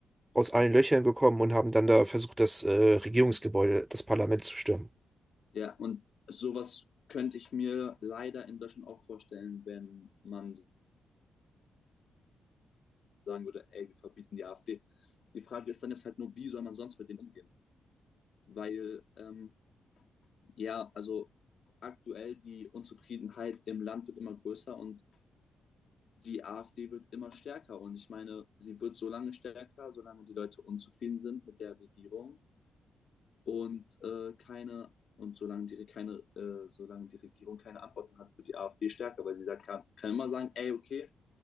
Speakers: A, on the right (about 15°); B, on the left (about 60°).
A: aus allen Löchern gekommen und haben dann da versucht, das äh, Regierungsgebäude, das Parlament zu stürmen.
B: ja, und sowas könnte ich mir leider in Deutschland auch vorstellen, wenn man sagen würde, ey, wir verbieten die AfD. Die Frage ist dann jetzt halt nur, wie soll man sonst mit denen umgehen? Weil, ähm, ja, also aktuell die Unzufriedenheit im Land wird immer größer und die AfD wird immer stärker. Und ich meine, sie wird so lange stärker, solange die Leute unzufrieden sind mit der Regierung und äh, keine und solange die, keine, äh, solange die Regierung keine Antworten hat, wird die AfD stärker, weil sie sagt, kann, kann immer sagen, ey, okay,